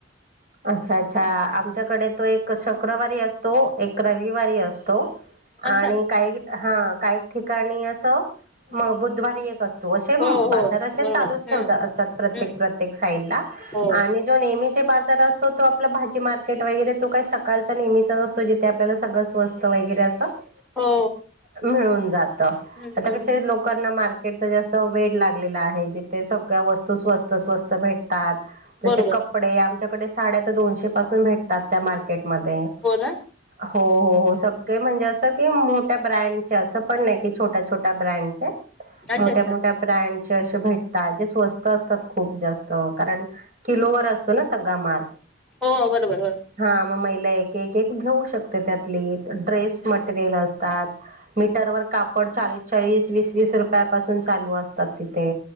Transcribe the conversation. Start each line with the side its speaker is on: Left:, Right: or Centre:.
Right: अच्छा, अच्छा. आ आमच्याकडे तो एक शुक्रवारी असतो. एक रविवारी असतो.
Centre: अच्छा
Right: आणि काही, हा काही ठिकाणी असं, म बुधवारी एक असतो. तो असे,
Centre: हो
Right: बाजार
Centre: हो
Right: असे
Centre: बरोबर
Right: चालूच
Centre: हम्म
Right: ठेवता असतात. प्रत्येक
Centre: हम्म
Right: - प्रत्येक साईडला
Centre: हो
Right: आणि तो नेहमीचे बाजार अस तो. तो आपला भाजी मार्केट वगैरे. तो काही सकाळचा नेहमीच असतो. जिथे आपल्याला सगळं स्वस्त वगैरे असंत.
Centre: हो
Right: मिळून जातं.
Centre: हम्म
Right: आता
Centre: हम्म
Right: कसय, लोकांना मार्केटचं जास्त वेड लाग लेलं आहे. जीथे सगळ्या वस्तु स्वस्त- स्वस्त भेटतात. तसे
Centre: बरोबर
Right: कपडे आमच्याकडे साड्या त दोनशे पासून भेटतात. त्या मार्केटमध्ये.
Centre: हो ना.
Right: हो, हो, हो. सगळे म्हणजे असं, की मोठ्या ब्रँड च्या. असं पण नाही की, छोट्या- छोट्या ब्रँडच्या.
Centre: अच्छा
Right: मोठ्या-मोठ्या
Centre: अच्छा
Right: ब्रँडचे असे भेटतात. जे स्वस्त असतात, खूप जास्त. कारण किलोवर असतो ना, सगळा माल.
Centre: हो. बरोबर, बरोबर.
Right: हा, मग महिला एक- एक, एक घेऊ शकते त्यातली. ड्रेस मटेरियल असतात. मीटरवर कापड चाळीस- चाळीस, वीस-वीस रुपयापासून चालू असतात तिथे.